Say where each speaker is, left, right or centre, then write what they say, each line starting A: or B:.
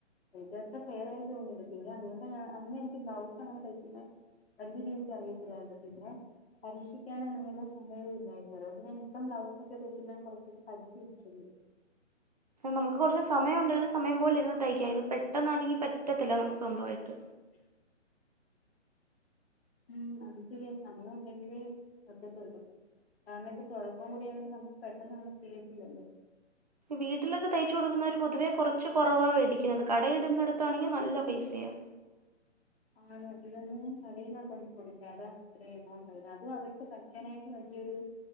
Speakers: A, on the left (about 55°); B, on the right (about 35°).
A: എനിക്ക് ഫെയർ ആ തോന്നിേ പിന്നെ അതുകൊണ്ട് അന്ന എനിക്ക് ബ്ലൗസ് അങ്ങനെ കഴിക്കുന്ന വലിയ രീതിക്ക് അറിയത്തില്ലായിരുന്നു പിന്നെ പരീക്ഷിക്കാനൻ നിന്നുള്ള സമയവും ഇല്ലായിരുന്നു അതോൊണ്ട് ഞാൻ ഇപ്പം ബ്ലൗസ് ഒക്കെ കഴിക്ക കുറച്ചൊക്കെ പഠിച്ചു ഇഷ്ടമുണ്ട്
B: നമുക്ക് കുറച്ച് സമയം ഉണ്ടെങ്കിൽ സമയം പോല ഇരന്ന് തയ്ക്ക ഇത് പെട്ടെന്നാണെങ്കിൽ പറ്റത്തില്ല നമുക്ക് സ്വന്തമായിട്ട്
A: <inaudible> ഉം അത് ശരിയാ സമയമുണ്ടെങ്കില് പറ്റത്തൊള്ളൂ ആമ്മയൊക്ക കുഴപ്പം കൂടിയണിൽ നമുക്ക് പെട്ടെന്ന്ും ചെയ്യത്തില്ലല്ലോ
B: വീട്ടിലൊക്കെ തയ്ച്ചു കൊടുക്കുന്നവര് പൊതുവേ കുറച്ച് കുറവാാണ് മേടിക്കുന്നത് കടയിടുന്നിടത്താണെങ്കിൽ നല്ല പൈസയാ
A: <inaudible> ആണോ ഇതൊന്നന്ന് ഞാൻ കട യുുന്ന കൊണ്ടണ്ട് കൊടുക്ക അതാ ഇത്രയും എമൗണ്ട് ആരുന്നു അതും അവർക്ക് പയ്ക്കാനായിട്ട് വലിയ ഉം